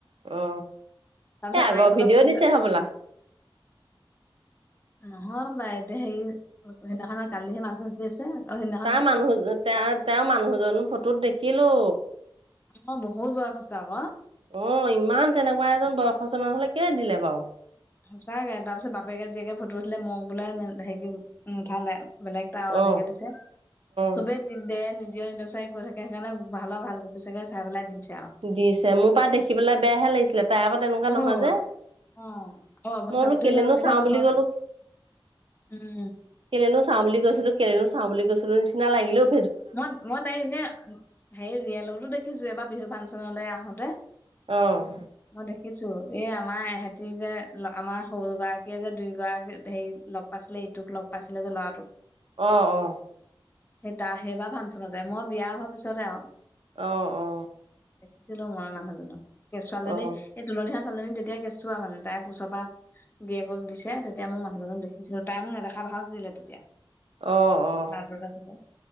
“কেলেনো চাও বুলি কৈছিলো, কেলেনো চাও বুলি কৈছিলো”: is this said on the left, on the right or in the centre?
Right